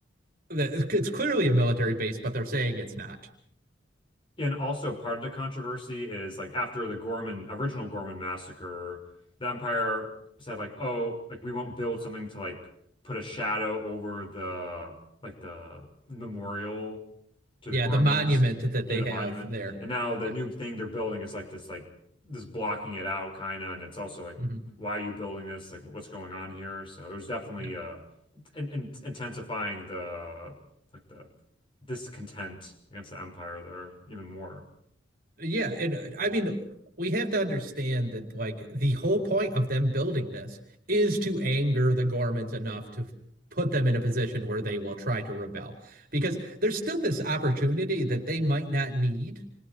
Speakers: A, on the right (about 50°); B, on the left (about 25°).
A: that it's clearly a military base, but they're saying it's not.
B: And also part of the controversy is like after the Gorman original Gorman massacre, the Empire said like, oh, like we won't build something to like put a shadow over the like the memorial to
A: Yeah,
B: the Gormans.
A: the monument that
B: Yeah,
A: they
B: the
A: have
B: monument.
A: there.
B: And now the
A: Yeah.
B: new thing they're building is like this, like this blocking it out kind of, and it's also like,
A: hmm
B: why are you building this? Like, what's going on here? So it was definitely
A: Yeah.
B: uh, in in- intensifying the like the discontent against the Empire there even more.
A: Yeah, and uh, I mean we have to understand that like the whole point of them building this is to anger the Gormans enough to put them in a position where they will try to rebel. Because there's still this opportunity that they might not need